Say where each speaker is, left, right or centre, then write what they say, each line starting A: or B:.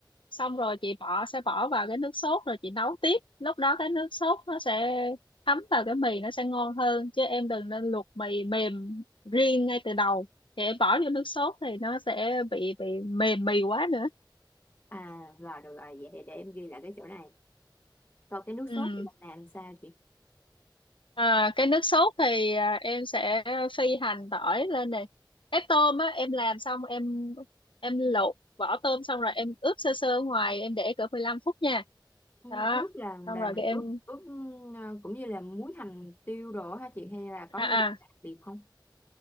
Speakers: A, on the left; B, on the left.
A: xong rồi chị bỏ sẽ bỏ vào cái nước sốt rồi chị nấu tiếp lúc đó cái nước sốt nó sẽ thấm vào cái mì nó sẽ ngon hơn chứ em đừng nên luộc mì mềm riêng ngay từ đầu chị bỏ vô nước sốt thì nó sẽ bị bị mềm mì quá nữa
B: à rồi được rồi vậy để, để em ghi lại cái chỗ này còn cái nước
A: ừ
B: sốt thì mình làm sao chị
A: À, cái nước sốt thì à, em sẽ phi hành tỏi lên này. Cái tôm á em làm xong em em lột vỏ tôm xong rồi em ướp sơ sơ ngoài em để cỡ 15 phút nha.
B: Ừ,
A: Đó.
B: ướp là
A: Xong
B: là
A: rồi
B: mình
A: cái em
B: ướp ướp ờ, cũng như là muối hành tiêu đồ hả chị hay là có
A: à à
B: nguyên liệu đặc biệt không